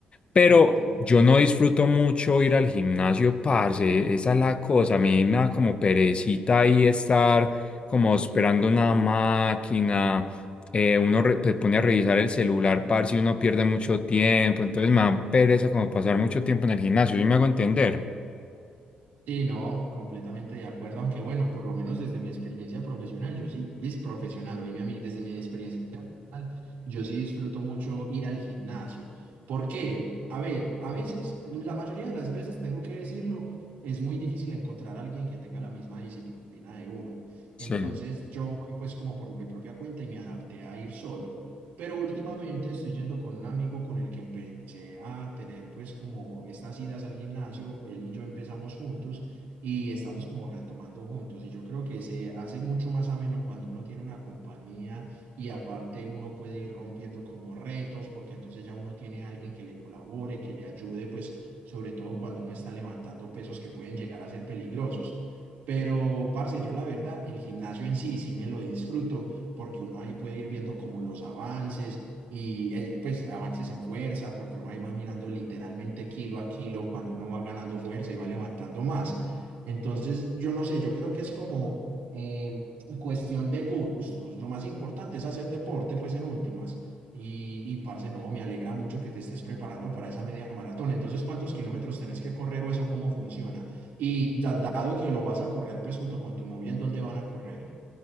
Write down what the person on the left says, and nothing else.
pero
yo no disfruto mucho ir al gimnasio, parce, esa es la cosa, a mí me da como perecita ahí estar como esperando una máquina, eh, uno re- se pone a revisar el celular, parce, y uno pierde mucho tiempo, entonces me da pereza como pasar mucho tiempo en el gimnasio, ¿sí me hago entender?
Sí.